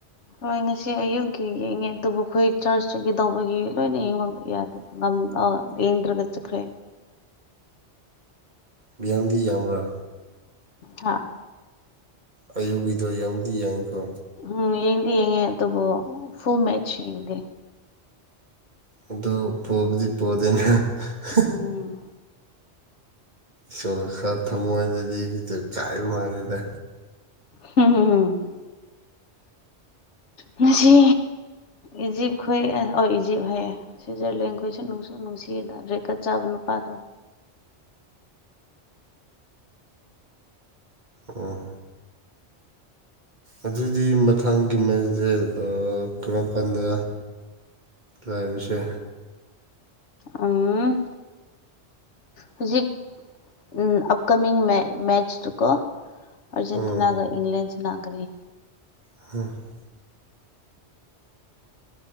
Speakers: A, on the left; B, on the right.
A: ꯍꯣꯏ ꯉꯁꯤ ꯑꯌꯨꯛꯀꯤ ꯌꯦꯡꯉꯦ ꯑꯗꯨꯕꯨ ꯑꯩꯈꯣꯏ ꯆꯔꯆꯇꯒꯤ ꯇꯧꯕꯒꯤ ꯂꯣꯏꯅ ꯌꯦꯡꯕ ꯌꯥꯗꯦ ꯉꯝ ꯑꯣ ꯌꯦꯡꯗ꯭ꯔꯒ ꯆꯠꯈ꯭ꯔꯦ
B: ꯌꯥꯡꯗꯤ ꯌꯥꯡꯕ꯭ꯔꯥ?
A: ꯍꯥꯥ
B: ꯑꯌꯨꯛꯀꯤꯗꯣ ꯌꯦꯡꯕꯗꯤ ꯌꯦꯡꯈ꯭ꯔꯣ꯫
A: ꯎꯝ ꯌꯦꯡꯗꯤ ꯌꯦꯡꯉꯦ ꯑꯗꯨꯕꯨ ꯐꯨꯜ ꯃꯦꯠꯆ ꯌꯦꯡꯗꯦ꯫
B: ꯑꯗꯨ ꯄꯣꯕꯗꯤ ꯄꯣꯗꯦꯅꯥ <unintelligible>
A: ꯎꯝ
B: ꯁꯣꯁꯥ ꯊꯃꯣꯏꯗꯗꯤ ꯈꯤꯇꯪ ꯆꯛꯏꯕ ꯃꯥꯜꯂꯤꯗ꯫
A: <unintelligible> ꯉꯁꯤ ꯏꯖꯤꯞꯈꯣꯏ ꯑꯣ ꯏꯖꯤꯞ ꯍꯥꯏꯌꯦ꯫ ꯁꯨꯏꯖꯔꯂꯦꯟꯈꯣꯏꯁꯨ ꯅꯨꯡꯁꯨ ꯅꯨꯡꯁꯤꯌꯦꯗ ꯔꯦꯀꯠ ꯆꯥꯕ ꯅꯨꯄꯥꯗꯣ꯫
B: ꯑꯣ ꯑꯗꯨꯗꯤ ꯃꯊꯪꯒꯤ ꯃꯦꯁꯗꯤ ꯀꯔꯝ ꯀꯥꯟꯗ꯫ ꯂꯩꯕꯁꯦ꯫
A: ꯎꯝ ꯍꯧꯖꯤꯛ ꯎꯝ ꯑꯞꯀꯃꯤꯡ ꯃꯦ ꯃꯦꯠꯆꯇꯨꯀꯣ꯫ ꯑꯥꯔꯖꯦꯟꯇꯤꯅꯒ
B: ꯎꯝ
A: ꯏꯪꯂꯦꯟ ꯁꯅꯥꯒꯅꯤ꯫
B: <unintelligible>